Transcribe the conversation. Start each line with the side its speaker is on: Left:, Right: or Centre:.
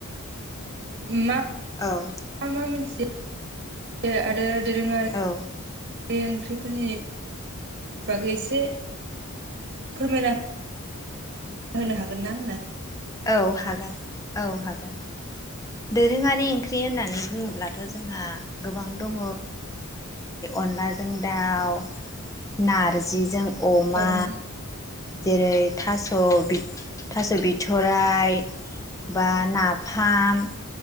Right: मा।
Left: औ।
Right: मा मा मोनथियो आरो दोरोङारि
Left: औ
Right: ओंख्रिफोरनि। बागै एसे। फोरमायना हो होनो हागोन ना आंनो।
Left: औ हागोन औ हागोन। दोरोङारि ओंख्रि होननानै बुङोब्लाथ' जोंहा गोबां दङ। अनलाजों दाव नारजि जों। अमा
Right: ओं
Left: जेरै थास' थास' बिथ थराइ बा नाफाम।